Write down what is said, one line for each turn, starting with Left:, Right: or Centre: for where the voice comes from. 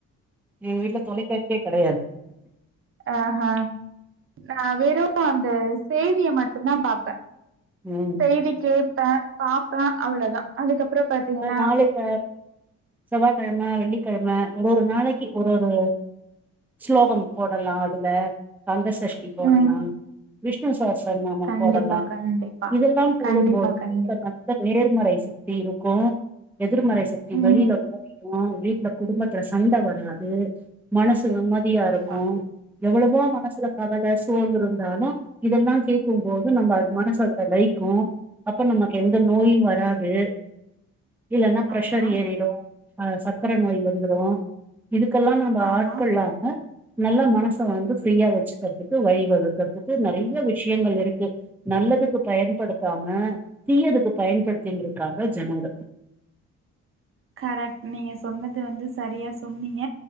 Centre: எங்க வீட்ல தொலைக்காட்சியே கடையாது
Right: ஆஹா நா வெறு அந்த செய்திய மட்டு்தா பாப்ப
Centre: ம்
Right: செய்தி கேட்ப பாப்ப அவ்ளதா அதுக்கப்பற பாத்தீங்கனா
Centre: நாளைக்க செவ்வாய்கிழம வெள்ளிக்கிழம ஒவ்வொரு நாளைக்கி ஒரு ஒரு ஸ்லோகம் போடலாம் அதுல கங்க சஷ்டி போடலாம்
Right: ம்
Centre: விஷ்ணு சாச நாமம்
Right: கண்டிப்பா
Centre: போடலாம்
Right: கண்டிப்பா
Centre: இதெல்லாம் போடும்போது
Right: கண்டிப்பா கண்டிப்பா
Centre: வீட்ல நேர்மறை சக்தி இருக்கு எதிர்மறை சக்தி வெளில
Right: ம்
Centre: ஓடி ஆ வீட்ல குடும்பத்துல சண்ட வராது மனசு நிம்மதியா
Right: கண்டிப்பா
Centre: இருக்கு எவ்வளவோ மனசுல கவல சோர்வு இருந்தாலு இதெல்லா கேக்கும் போது நம்ம அ மனசு அதுல வைக்கும் அப்ப நம்ம எந்த நோயும் வராது இல்லன்னா பிரஷர்
Right: ஆமா
Centre: ஏறிடு ஆ சக்கர நோய்
Right: ம்ஹ்ம்.
Centre: வந்துடு இதுக்கெல்லா நம்ம
Right: ஆமா
Centre: ஆட்கொள்ளாம நல்லா மனச வந்து
Right: ம்
Centre: ஃப்ரீயா வச்சுக்கறதுக்கு வழி வகுக்கறதுக்கு நறைய விஷயங்கள் இருக்கு நல்லதுக்கு பயன்படுத்தாம தீயதுக்கு பயன்படுத்தின்ட் இருக்காங்க ஜனங்க
Right: கரெக்ட் நீங்க சொன்னது வந்து சரியா சொன்னீங்க